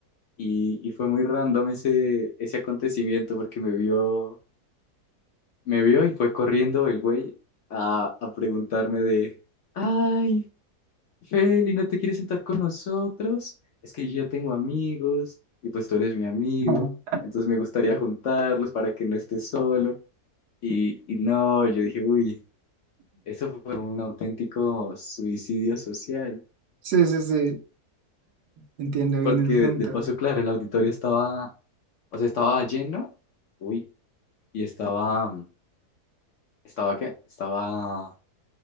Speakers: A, on the left; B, on the right.
A: y, y fue muy random ese, ese acontecimiento porque me vio Me vio y fue corriendo el güey a, a preguntarme de, ay, Feli, ¿no te quieres sentar con nosotros? Es que yo ya tengo amigos y pues tú eres mi amigo,
B: <laughs>
A: entonces me gustaría juntarlos para que no estés solo. Y, y no, yo dije, uy, eso fue un auténtico suicidio social,
B: Sí, sí, sí, entiendo
A: porque
B: bien el
A: de,
B: punto.
A: de paso, claro, el auditorio estaba, o sea, estaba lleno, uy, y estaba, ¿estaba qué? Estaba